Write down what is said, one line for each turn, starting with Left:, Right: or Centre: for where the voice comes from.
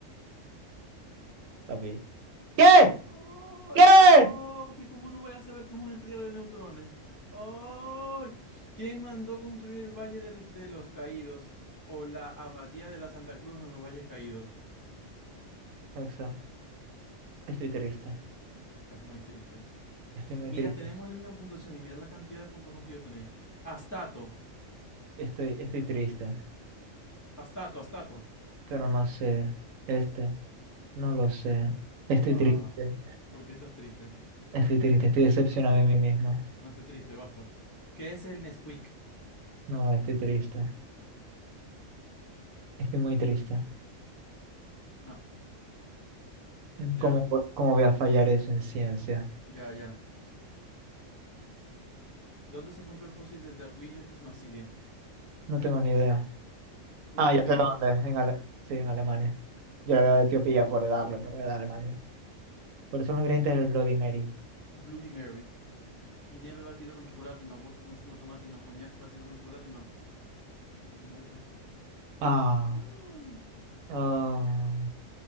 Right: papi. ¿Qué?
Left: Ay,
Right: ¿Qué?
Left: papi, ¿cómo no voy a saber que es una estrella de neutrones? Ay, ¿quién mandó construir el Valle del- de los Caídos o la Abadía de la Santa Cruz en los Valles Caídos?
Right: Exacto. Estoy triste.
Left: Estás muy triste.
Right: Estoy muy
Left: Mira,
Right: triste.
Left: tenemos la misma puntuación y mira la cantidad de puntos más que yo tenéis. Astato,
Right: Estoy, estoy triste.
Left: Astato, Astato.
Right: pero no sé, este, no lo sé. Estoy
Left: Ah,
Right: triste,
Left: ¿por qué estás triste?
Right: estoy triste, estoy decepcionado de mí mismo.
Left: No estés triste, basta. ¿Qué es el Nesquik?
Right: No, estoy triste, estoy muy triste.
Left: No, ya,
Right: ¿Cómo, vo- cómo voy a fallar eso en ciencia?
Left: ya, ya. ¿Dónde se encontró el fósil de Darwinius massilia?
Right: No tengo ni idea.
Left: En
Right: Ah,
Left: Etiopía.
Right: ya sé dónde, en Ale- sí, en Alemania. Yo le había de Etiopía por darle, pero era Alemania. Por eso los ingredientes del Bloody Mary.
Left: Bloody Mary. Ginebra batido con chocolate, no. Vodka con zumo de tomate, no. Coñac batido con chocolate, no. Bloody Mary es esta.
Right: Ah,
Left: <gasps>
Right: ah,